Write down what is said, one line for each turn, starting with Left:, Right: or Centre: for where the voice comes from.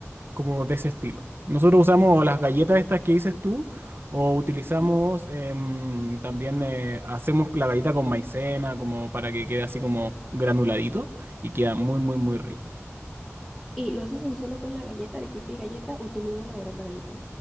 Right: como de ese estilo. Nosotros usamos las galletas estas que dices tú, o utilizamos
Centre: ¿Mm?
Right: em, también, eh, hacemos la galleta con maicena, como para que quede así como granuladito y queda muy, muy, muy rico.
Centre: ¿Y lo haces así solo con la galleta, arequipe y galleta, o tú mismo elaboras la galleta?